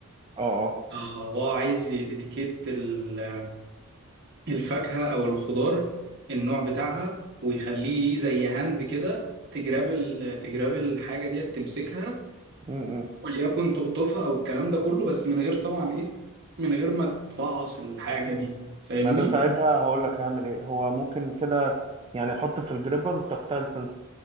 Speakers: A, on the right (about 25°); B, on the right (about 50°).
A: اه اه
B: آه، هو عايز يديتيكيت ال- الفاكهة او الخضار النوع بتاعها ويخليه ليه زي هاند كده تجراب ال- تجراب الحاجة ديت تمسكها
A: م- م.
B: وليكن تقطفها او الكلام ده كله بس من غير طبعا ايه من غير ما تفعص الحاجه دي فاهمني
A: ما ده ساعتها هقول لك هعمل ايه هو ممكن كده يعني احط في الجريبر تكتايل سنسور